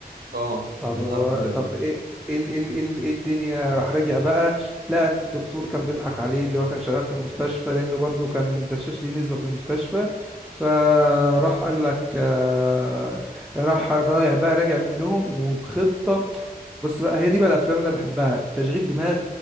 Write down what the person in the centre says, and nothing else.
طب
هو-
طب ايه إيه ال إيه ال إيه ال إيه الدنيا راح راجع بقى لقى ان الدكتور كان بيضحك عليه اللي هو كان شغال في المستشفى لانه برضه كان دشاش ليه نسبة في المستشفى فراح قال لك آه، راح رايح بقى راجع من لهم وبخطة بص بقى هي دي بقى الافلام اللي انا بحبها تشغيل دماغ